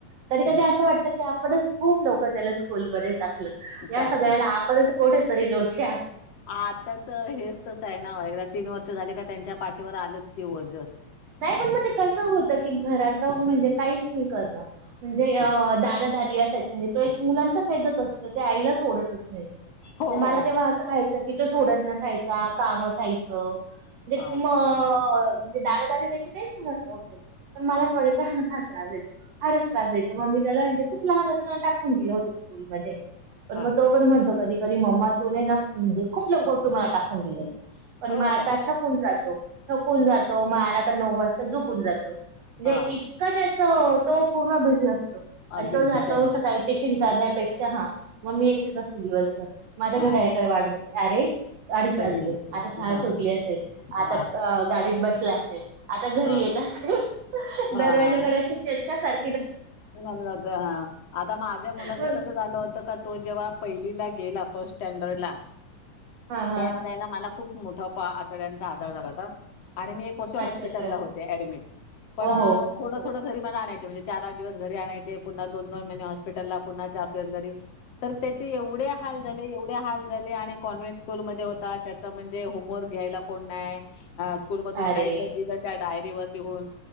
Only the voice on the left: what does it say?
हम्म
चालेल
आताच हेच तस आहे ना व तीन वर्ष झाले का त्यांच्या पाठीवर आलंच कि ओझ
ह
हो हो
हो
हा
हा
हो
का
हा
बीजी
त्यांचे
हा
कधी
येईल?
हा
हा
हा
हा
मला ब आता माझ्या मुलाच
कसं झालं होतं का तो जेव्हा पहिलीला गेला फर्स्ट स्टॅडर्डला
त्याच
वेळेला मला खूप मोठा पा आतड्यांचा आजार झाला होता. आणि मी एक वर्ष हॉस्पिटलला
होते ऍडमिट पण
थोडं
थोडं घरी मला आणायच म्हणजे चार आठ दिवस घरी आणायचे पुन्हा दोन दोन महिने हॉस्पिटलला पुन्हा चार दिवस घरी तर ते ते एवढे हाल झाले एवढे हाल झाले आणि कॉन्व्हेंट स्कूल मध्ये होता त्याचा म्हणजे होमवर्क घ्यायला कोण नाय. ह स्कूल मधून
काही तर दिलं त्यात डायरीवर लिहून